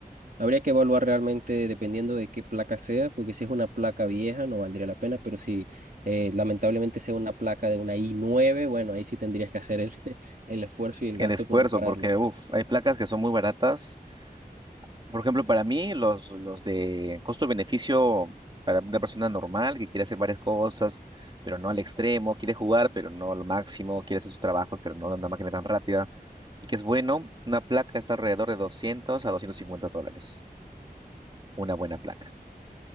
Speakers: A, on the right (about 60°); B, on the right (about 30°).
A: Habría que evaluar realmente dependiendo de qué placa sea, porque si es una placa vieja no valdría la pena, pero si eh, lamentablemente sea una placa de una i nueve bueno, ahí sí tendrías que hacer el, <laughs> el esfuerzo y el
B: El
A: gasto
B: esfuerzo,
A: por repararla.
B: porque uf, hay placas que son muy baratas Por ejemplo, para mí, los, los de costo-beneficio para una persona normal que quiere hacer varias cosas, pero no al extremo, quiere jugar, pero no a lo máximo, quiere hacer sus trabajos, pero no de una máquina tan rápida, y que es bueno, una placa está alrededor de 200 a 250 dólares. Una buena placa,